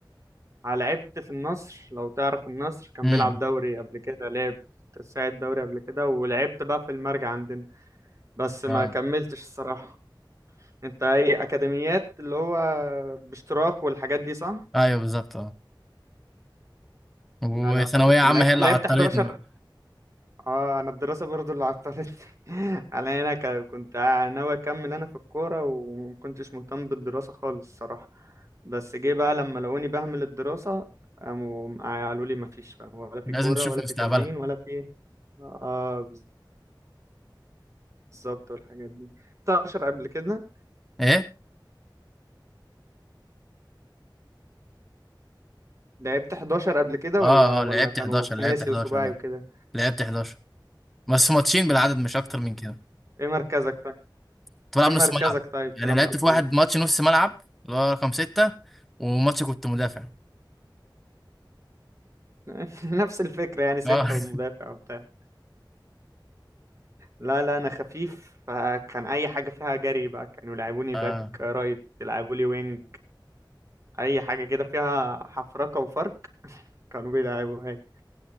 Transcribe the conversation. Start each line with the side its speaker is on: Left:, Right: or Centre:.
Right: ع- لعبت في النصر لو تعرف النصر كان
Centre: امم
Right: بيلعب دوري قبل كده لعب ساعد دوري قبل كده ولعبت بقى في المرجع عندنا بس ما
Centre: اه
Right: كملتش الصراحه انت ايه اكاديميات اللي هو باشتراك والحاجات دي صح
Centre: ايوه بالظبط اه وثانويه
Right: لا لا فاتك
Centre: عامه
Right: ما لعبت
Centre: هي اللي
Right: لعبت
Centre: عطلتني
Right: 11
Centre: بقى
Right: اه انا الدراسه برضو اللي عطلت <laughs> على هنا ك- كنت ناوي اكمل انا في الكوره ومكنتش مهتم بالدراسه خالص الصراحه بس جه بقى لما لقوني بهمل الدراسه قاموا قالوا لي مفيش بقى ولا في
Centre: لازم
Right: كوره
Centre: تشوف
Right: ولا في
Centre: مستقبلها
Right: تمرين ولا في اه بالظبط والحاجات دي 11 قبل كده
Centre: ايه
Right: لعبت 11 قبل كده
Centre: اه
Right: ولا ولا
Centre: اه لعبت
Right: كانوا
Centre: 11
Right: خماسي
Centre: لعبت 11
Right: وسباعي
Centre: اه
Right: وكده
Centre: لعبت 11 بس ماتشين بالعدد مش اكتر من كده
Right: ايه مركزك طيب
Centre: كنت بلعب
Right: ايه
Centre: نص
Right: مركزك
Centre: ملعب
Right: طيب
Centre: يعني
Right: تلعب
Centre: لعبت
Right: مركز
Centre: في واحد ماتش نص ملعب اللي هو رقم ستة وماتش كنت مدافع
Right: <laughs> نفس الفكرة يعني ستة
Centre: اه
Right: والمدافع وبتاع لا لا أنا خفيف فكان أي حاجة فيها جري بقى كانوا يلعبوني
Centre: <laughs> اه
Right: باك رايت يلعبوا لي وينج أي حاجة كده فيها حفركة وفرق كانوا بيلعبوها لي